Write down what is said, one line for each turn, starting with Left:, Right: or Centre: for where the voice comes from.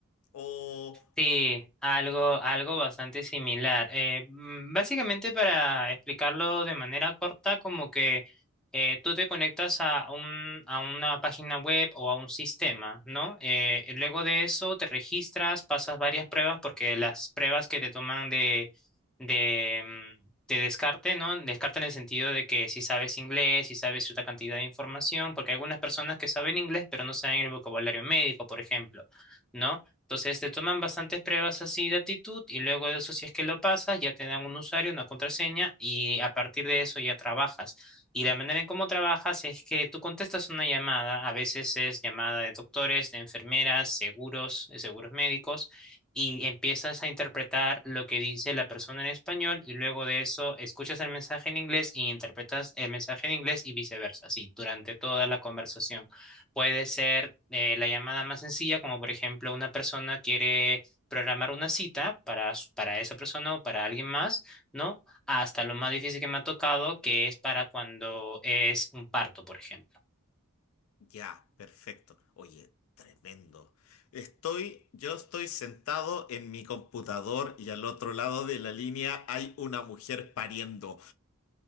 Left: O,
Centre: Sí, algo, algo bastante similar. Eh, mm, básicamente, para explicarlo de manera corta, como que eh, tú te conectas a un, a una página web o a un sistema, ¿no? Eh, y luego de eso te registras, pasas varias pruebas, porque las pruebas que te toman de, de, mm, de descarte, ¿no? Descarte en el sentido de que si sabes inglés, si sabes cierta cantidad de información, porque hay algunas personas que saben inglés, pero no saben el vocabulario médico, por ejemplo. ¿no? Entonces te toman bastantes pruebas así de actitud y luego de eso si es que lo pasas ya te dan un usuario, una contraseña y a partir de eso ya trabajas. Y la manera en cómo trabajas es que tú contestas una llamada, a veces es llamada de doctores, de enfermeras, seguros, eh, seguros médicos y empiezas a interpretar lo que dice la persona en español y luego de eso escuchas el mensaje en inglés y interpretas el mensaje en inglés y viceversa, así durante toda la conversación. Puede ser eh, la llamada más sencilla, como por ejemplo una persona quiere programar una cita para, s- para esa persona o para alguien más, ¿no? Hasta lo más difícil que me ha tocado, que es para cuando es un parto, por ejemplo.
Left: Ya, perfecto. Oye, tremendo. Estoy, yo estoy sentado en mi computador y al otro lado de la línea hay una mujer pariendo.